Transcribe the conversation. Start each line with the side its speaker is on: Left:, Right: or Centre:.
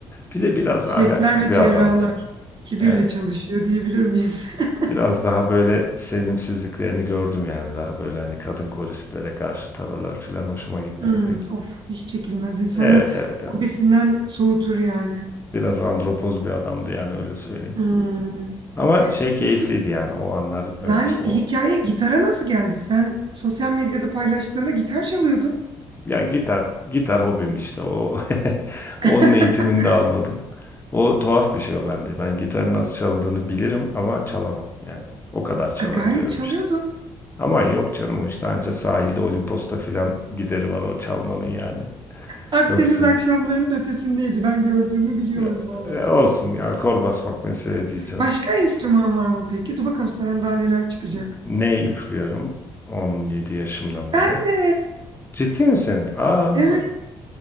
Left: Bir de biraz
Right: Şefler
Left: ahlaksız
Right: ve
Left: bir
Right: cerrahlar
Left: adamdı yani.
Right: kibirle
Left: Yani
Right: çalışıyor diyebilir miyiz? <laughs>
Left: biraz daha böyle sevimsizliklerini gördüm yani. Daha böyle hani kadın koristlere karşı tavırları falan hoşuma gitmedi
Right: Hmm,
Left: pek.
Right: of hiç çekilmez insanı
Left: Evet evet Emir.
Right: hobisinden soğutur yani.
Left: Biraz andropoz bir adamdı yani öyle söyleyeyim.
Right: Hmm.
Left: Ama şey keyifliydi
Right: Peki
Left: yani o anlar hani
Right: yani
Left: işte o
Right: hikaye gitara nasıl geldi? Sen sosyal medyada paylaştığında gitar çalıyordun.
Left: Ya gitar, gitar hobim işte o. <laughs> Onun
Right: <laughs>
Left: eğitimini de almadım. O tuhaf bir şey o bende. Ben gitarı nasıl çalındığını bilirim ama çalamam yani. O kadar çalabiliyorum
Right: Ha, Gayet çalıyordun.
Left: işte. Ama yok canım o işte anca sahilde Olimpos'ta filan gideri var o çalmanın yani.
Right: Akdeniz
Left: Yoksa
Right: akşamlarının ötesindeydi. Ben gördüğümü biliyorum
Left: e,
Right: valla.
Left: e, olsun ya akor basmak mesele diyeceğim.
Right: Başka enstrüman var mı peki? Dur bakalım sana daha neler çıkacak.
Left: N- Ney üflüyorum 17 yaşımdan
Right: Ben
Left: beri.
Right: de.
Left: Ciddi misin? Aa
Right: Evet.
Left: bak.